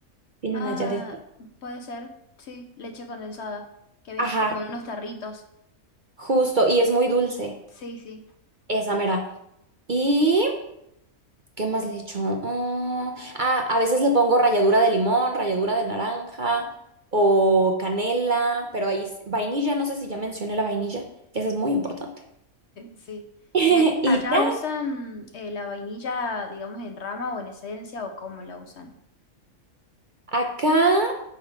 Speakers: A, on the right (about 45°); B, on the left (about 55°).
A: Tienen
B: Ah,
A: allá de...
B: puede ser, sí, leche condensada, que vienen
A: Ajá,
B: como en unos tarritos.
A: justo, y es muy dulce,
B: Sí, sí,
A: esa
B: <laughs>
A: mera. Y ¿Qué más le echo? Mm, ah, a veces le pongo ralladura de limón, ralladura de naranja o canela, pero ahí s- vainilla, no sé si ya mencioné la vainilla, que esa es muy importante.
B: sí.
A: <laughs>
B: ¿Y all- allá
A: Y ya,
B: usan eh, la vainilla, digamos, en rama o en esencia o cómo la usan?
A: acá